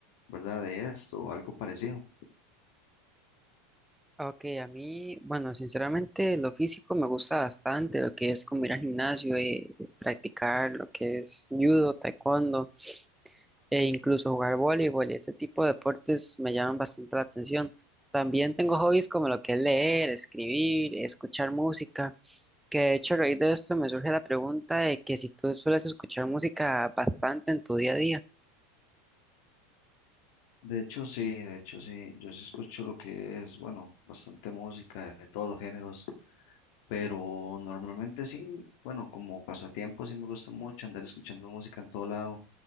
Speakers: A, on the left (about 55°); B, in the centre.
A: ¿verdad? De esto, algo parecido.
B: Ok, a mí, bueno, sinceramente lo físico me gusta bastante, lo que es como ir al gimnasio, eh, practicar lo que es judo, taekwondo e incluso jugar voleibol, ese tipo de deportes me llaman bastante la atención. También tengo hobbies como lo que es leer, escribir, escuchar música, que de hecho a raíz de esto me surge la pregunta de que si tú sueles escuchar música bastante en tu día a día.
A: De hecho, sí, de hecho, sí, yo sí escucho lo que es, bueno, bastante música de todos los géneros, pero normalmente sí, bueno, como pasatiempo sí me gusta mucho andar escuchando música en todo lado,